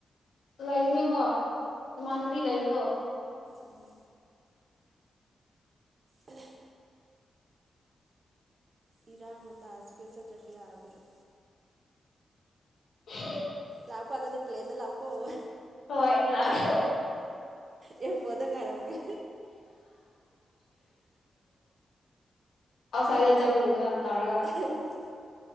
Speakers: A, on the left; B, on the right.
A: ꯂꯩꯒꯅꯤ ꯍꯣ ꯏꯃꯥꯟꯅꯕꯤ ꯂꯩꯕꯗꯣ
B: ꯑꯣ ꯎ ꯏꯔꯥꯡ ꯃꯇꯥꯁꯤꯒ ꯆꯠꯇ꯭ꯔꯁꯨ ꯌꯥꯗꯕ
A: ꯎ
B: ꯇꯥꯞꯄ ꯑꯥꯟꯗꯗꯤ ꯄ꯭ꯂꯂꯦꯝꯦꯟꯗ ꯂ ꯂꯧꯥꯎꯀꯣ
A: ꯍꯣꯏ ꯂꯥꯁ
B: ꯑꯦꯌꯔꯄꯣꯔꯠꯇ ꯉꯥꯏꯔꯝꯒꯦ
A: ꯑꯥꯎꯠꯁꯥꯏꯗ ꯆꯠꯄꯒꯨꯝꯅ ꯇꯧꯔꯒ
B: ꯑꯣ